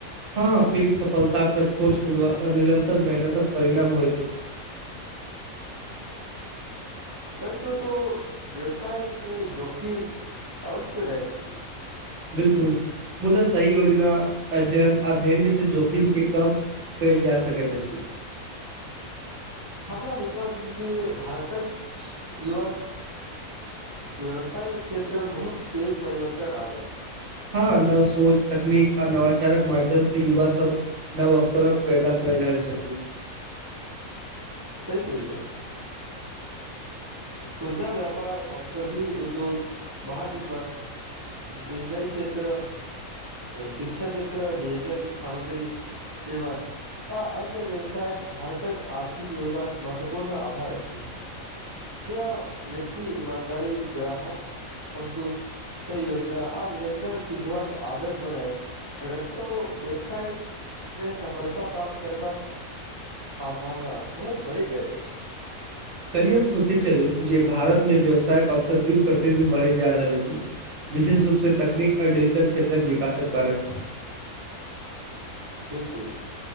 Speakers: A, on the right; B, on the right.
A: हँ पैघ सफलता के छोट शुरुआत निरंतर मेहनत परिणाम होइत अछि।
B: सच कहू तो व्यवसायमे जोखिम अवश्य रहैत अछि।
A: बिलकुल मुदा सही योजना अध्ययन आध्यस जोखिम के काम। कैल जा सकैत अछि।
B: हमरा विश्वास अछि जे भारतक युवास। व्यवसाय क्षेत्रमे बहुत पेघ परिवर्तन आनल।
A: ह नव सोच। तकनीक आ नवाचारक माध्यम से युवा सब नव अवसरक पैदा केय रहल छथिन।
B: सही केहलियौ। खुर्जा व्यापार औषधि उद्योग बाहन निर्माण। निर्णय क्षेत्र अ शिक्षा क्षेत्र डिजिटल सामग्री। तइ दुआर। आ अन्य व्यवसायक भारतक आर्थिक विकास महत्वपूर्ण आधार अछि। ज व्यक्ति ईमानदारी ग्राहक सन्तुष्ट। स योजना आ निरन्तर सिखबाक आदत बनाइ। प्रगतो व्यवसायमे सफलता प्राप्त करबाक। सम्भावना बहुत बड़ी जाइत अछि।
A: काइल्हे हम सोचै छलहुँ जे भारत में व्यवसायक अवसर दिन प्रतिदिन बढ़ेत जा रहल अछि। विशेष रूप से तकनीक आ डिजिटल क्षेत्रक विकासक कारण।
B: बिल्कुल।